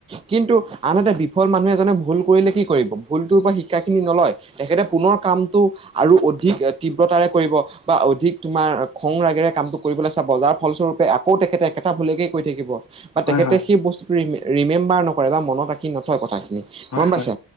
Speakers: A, on the right; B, on the left.
A: কিন্তু আনহাতে বিফল মানুহে এজনে ভুল কৰিলে কি কৰিবি, ভুলটোৰ পৰা শিক্ষা খিনি নলয়। তেখেতে পুনৰ কামটো আৰু অধিক তীব্ৰতাৰে কৰিব। বা অধিক তোমাৰ খং ৰাগেৰে কামটো কৰিবলৈ চাব, যাৰ ফলস্বৰূপে আকৌ তেখেতে একেটা ভুলীয়াকেই কৈ থাকিব। বা
B: হয়
A: তেখেতে
B: হয়
A: সেই বস্তুটো ৰিমেম্বাৰ নকৰে বা মনত- তেনেকুৱা কথাখিনি
B: হয়
A: গম পাইছে।
B: হয়